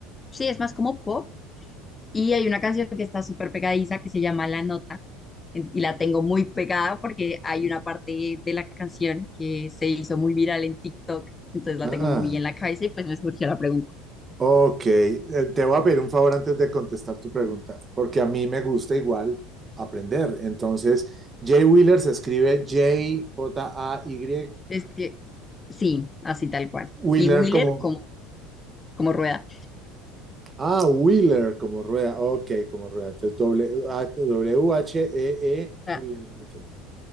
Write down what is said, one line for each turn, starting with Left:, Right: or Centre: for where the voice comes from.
Left: sí, es más como pop. Y hay una canción que está súper pegadiza que se llama La Nota. en- Y la tengo muy pegada porque hay una parte de la canción que se hizo muy viral en TikTok. Entonces la
Right: Ah,
Left: tengo muy en la cabeza y pues me surgió la pregunta.
Right: ok, Eh, te voy a pedir un favor antes de contestar tu pregunta, porque a mí me gusta igual aprender. Entonces, Jay Wheeler se escribe J, J-A-Y,
Left: Es que sí, así tal cual.
Right: Wheeler
Left: Y Wheeler
Right: como,
Left: como, como rueda.
Right: ah, Wheeler como rueda, ok, como rueda. Entonces, W- A- W-H-E-E,
Left: O sea,
Right: Wheeler, ok,